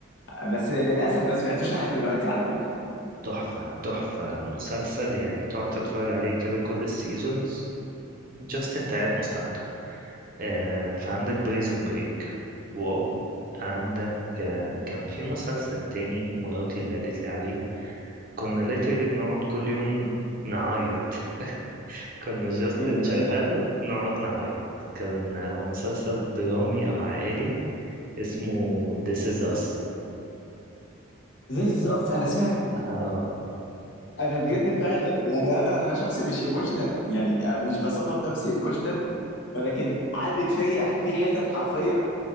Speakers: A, on the left; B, on the right.
A: بس للاسف ما سمعتوش لحد دلوقتي على فكره
B: تحفه تحفه مسلسل يعني تقعد تتفرج عليه كده كل السيزونز جاست انت قاعد مستمتع آه فعندك بريزون بريك واو عندك آه كان في مسلسل تاني مراتي اللي قالت لي عليه كنا ليترلي بنقعد كل يوم نعيط <laughs> كنا جاست
A: ايه
B: نشغله
A: ده ده ايه ده
B: نقعد نعيط كان هو مسلسل درامي أو عائلي اسمه This Is Us
A: This is us انا سمعته
B: <laughs> آه.
A: انا بجد فعلا يعني انا انا شخص مش ايموشنال يعني مش بصنف نفسي ايموشنال ولكن عدت فيا في حتت حرفيه